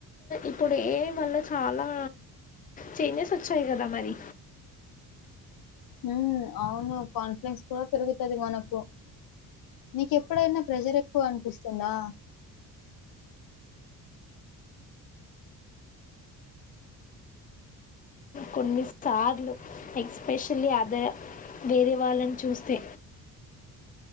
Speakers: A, on the left; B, on the left.
A: ఇప్పుడు ఏ వల్ల చాలా చెైనే స్వచ్చాయి కదా మరి
B: హ అవును కాన్ఫిడెన్స్ వ పెరుగుతది కూడా తిరుగుతుంది మనకు నీక్ ఎప్పుడైనా ప్రెజర్ ఎక్కువ అనిపిస్తుందా
A: కొన్నిసార్లు ఎక్స్పెషల్లీ అద వేరే వాళ్ళని చూస్తే